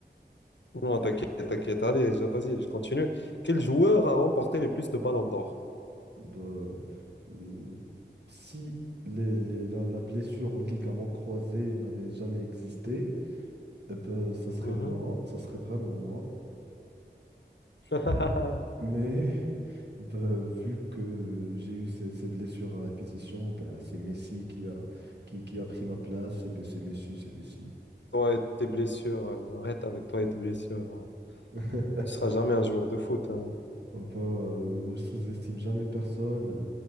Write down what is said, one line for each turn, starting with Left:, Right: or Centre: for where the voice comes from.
Left: Non, t'inquiète, t'inquiète. Allez, je- vas-y, je continue. Quel joueur a remporté le plus de ballons d'or?
Right: Ben, euh, si les- les- la, la blessure au ligament croisé n'avait jamais existé, eh ben, ça serait
Left: Mhm.
Right: moi, ça serait vraiment moi.
Left: <laughs>
Right: M- Mais <laughs> ben, vu que j'ai eu ces, ces blessures à répétition, ben, c'est Messi qui a, qui, qui a pris ma place, et ben, c'est Messi, c'est Messi.
Left: Toi et tes blessures, euh, arrête avec toi et tes blessures. euh.
Right: <laughs>
Left: Tu seras jamais un joueur de foot. hein.
Right: Oh ben, euh, ne sous-estime jamais personne.